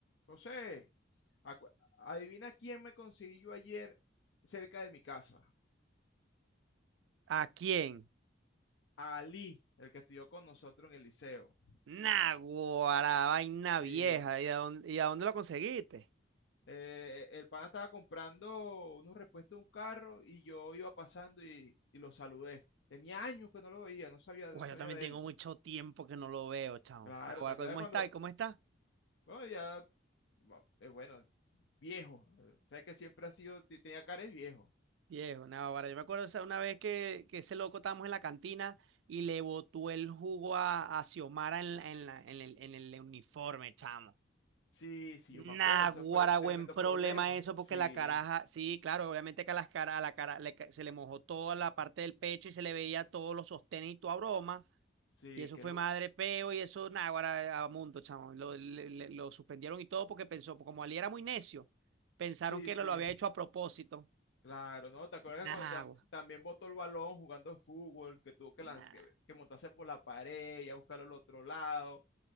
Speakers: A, on the left; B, on the right.
A: José, acu- adivina quién me conseguí yo ayer cerca de mi casa.
B: ¿A quién?
A: Ali, el que estudió con nosotros en el liceo.
B: Naguará vaina
A: Sí,
B: vieja. ¿Y a dónde, y a dónde lo conseguiste?
A: eh, el pana estaba comprando unos repuestos de un carro y yo iba pasando y, y lo saludé. Tenía años que no lo veía, no sabía, no
B: Uy,
A: sabía
B: yo también
A: de
B: tengo
A: él.
B: mucho tiempo que no lo veo, chamo.
A: Claro,
B: Naguará
A: ¿te acuerdas
B: ¿cómo
A: cuando?
B: está? ¿Y cómo está?
A: Bueno, ya, bueno, eh, bueno, viejo. eh, Sabes que siempre ha sido, te- tenía cara de viejo.
B: Viejo, Naguará, yo me acuerdo esa- una vez que, que ese loco estábamos en la cantina y le botó el jugo a, a Xiomara en, la- en, la- en el, en el uniforme, chamo.
A: Sí, sí,
B: Naguará
A: yo me acuerdo, eso fue un tremendo
B: buen problema
A: problema.
B: eso,
A: Sí,
B: porque la caraja, sí, claro, obviamente que a, las cara, a la cara le ca- se le mojó toda la parte del pecho y se le veía todos los sostenes y toda broma.
A: sí,
B: Y eso
A: qué,
B: fue
A: lo,
B: madre peo y eso, nada, ahora a mundo, chamo. Lo, le- le- lo suspendieron y todo porque pensó, como Ali era muy necio, pensaron
A: Sí,
B: que
A: sí,
B: lo, lo había hecho a propósito.
A: claro, ¿no? ¿Te acuerdas
B: Nah,
A: cuando tam-
B: gua,
A: también botó el balón jugando fútbol, que tuvo que, lanz-
B: nah.
A: que, que montarse por la pared y a buscarlo al otro lado?